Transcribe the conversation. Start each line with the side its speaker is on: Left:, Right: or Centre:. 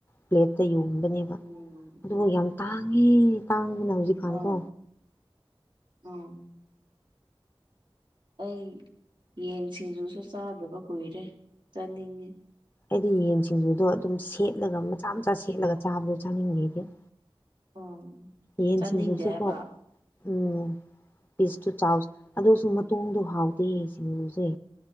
Left: ꯄ꯭ꯂꯦꯠꯇ ꯌꯣꯟꯕꯅꯦꯕ
Right: ꯎꯝ
Left: ꯑꯗꯨꯕꯨ ꯌꯥꯝ ꯇꯥꯡꯉꯦ ꯇꯥꯡꯕꯅ ꯍꯧꯖꯤꯛꯀꯥꯟꯀꯣ
Right: ꯑꯣ ꯎꯝ ꯑꯩ ꯌꯦꯟ ꯁꯤꯡꯖꯨꯁꯨ ꯆꯥꯗꯕ ꯀꯨꯏꯔꯦ ꯆꯥꯅꯤꯡꯉꯤ
Left: ꯑꯩꯗꯤ ꯌꯦꯟ ꯁꯤꯡꯖꯨꯗꯣ ꯑꯗꯨꯝ ꯁꯦꯠꯂꯒ ꯃꯆꯥ ꯃꯆꯥ ꯁꯦꯠꯂꯒ ꯆꯥꯕꯗꯣ ꯆꯥꯅꯤꯡꯈꯤꯗꯤ
Right: ꯑꯣ
Left: ꯌꯦꯟ
Right: ꯆꯥꯅꯤꯡꯗꯦ
Left: ꯁꯤꯡꯖꯨꯁꯦꯀꯣ
Right: ꯍꯥꯏꯕ
Left: ꯎꯝ ꯄꯤꯁ ꯇꯨ ꯆꯥꯎꯁ ꯑꯗꯁꯨ ꯃꯇꯣꯡꯗꯣ ꯍꯥꯎꯗꯦ ꯁꯤꯡꯒꯨꯁꯦ